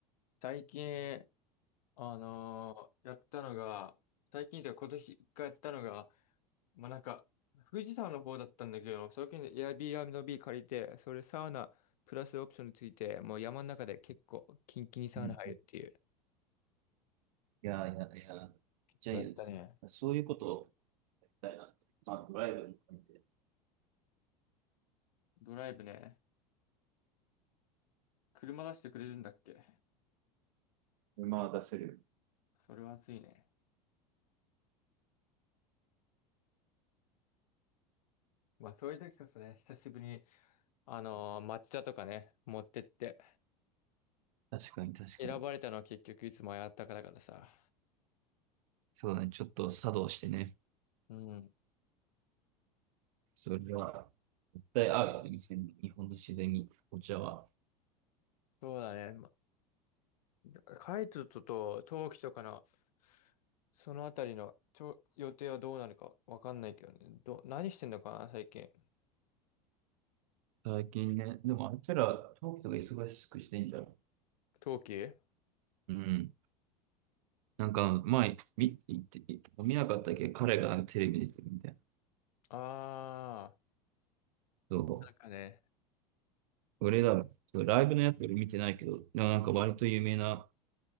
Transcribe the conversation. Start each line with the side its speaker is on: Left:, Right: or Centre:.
Left: 最近、あのーやったのが、最近というか今年一回やったのが、まあ、なんか、富士山の方だったんだけど、最近 Airbnb 借りて、それサウナプラスオプションについて、もう山の中で結構キンキンにサウナ入るっていう。
Right: うんいやいやいや、ジャイアンツ。
Left: こうやったね。
Right: そういうことをやりたいなって。まあ、ドライブも含めて。
Left: ドライブね。車出してくれるんだっけ
Right: 馬は出せるよ。
Left: それは熱いね。まあそういう時こそね、久しぶりに、あのー抹茶とかね、持ってって。
Right: 確かに確かに。
Left: 選ばれたのは結局いつもやったからからさ。
Right: そうだね。ちょっと作動してね。
Left: うん。
Right: それは、絶対合うよね。店に日本の自然にお茶は。
Left: そうだね。ま、カイトとと冬季とかの、そのあたりのちょ予定はどうなるかわかんないけどね。ど、何してんのかな、最近。
Right: 最近ね、でもあいつら、東京が忙しくしてんじゃん。
Left: 冬季
Right: うん。なんか、前、見、見見なかったっけ彼がテレビ出てるみたいな。
Left: あ
Right: そ
Left: ー、なんかね。
Right: う。俺ら、そうライブのやつ俺見てないけど、でもなんか割と有名な